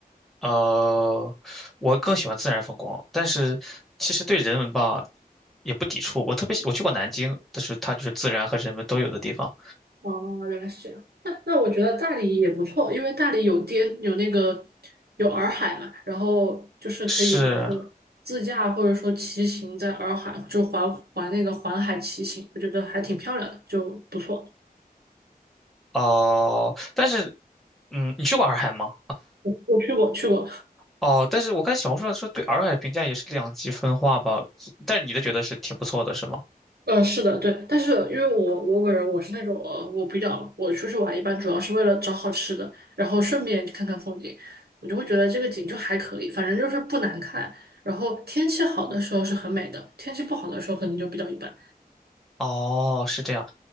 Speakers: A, in the centre; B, on the right.
A: 呃，我更喜欢自然风光，但是其实对人文吧也不抵触。我特别喜，我去过南京，但是它就是自然和人文都有的地方。
B: 哦，原来是这样。那那我觉得大理也不错，因为大理有滇有那个有洱海嘛，然后就是可以比如说自驾或者说骑行在洱海，
A: 是
B: 就环环那个环海骑行，我觉得还挺漂亮的，就不错。
A: 哦，但是嗯，你去过洱海吗？
B: 我我去过去过，
A: 哦，但是我看小红书上说对洱海的评价也是两极分化吧，但是你的觉得是挺不错的，是吗？
B: 呃，是的，对，但是因为我我本人我是那种呃，我比较我出去玩一般主要是为了找好吃的，然后顺便看看风景，我就会觉得这个景就还可以，反正就是不难看。然后天气好的时候是很美的，天气不好的时候可能就比较一般。
A: 哦，是这样，